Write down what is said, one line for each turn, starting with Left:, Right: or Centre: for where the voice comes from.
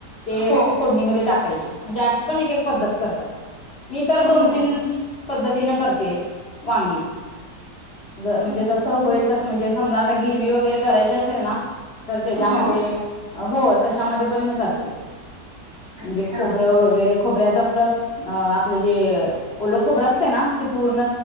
Left: ते
Right: हो
Left: फोडणीमध्ये टाक टाकायचे. म्हणजे अशी पण एक एक पद्धत करतात मी तर
Right: हो
Left: दोन तीन पद्धतीने करते. वांगी म्हणजे
Right: हो
Left: जस होईल तस म्हणजे समजा आता गिरवी वगैरे करायची असेल ना तर त्याच्यामध्ये
Right: हो
Left: हो तशामध्ये पण मी करते. म्हणजे
Right: अच्छा
Left: खोबरं वगैरे खोबऱ्याच आपलं अ आपलं जे ओल खोबरं असते ना ते पूर्ण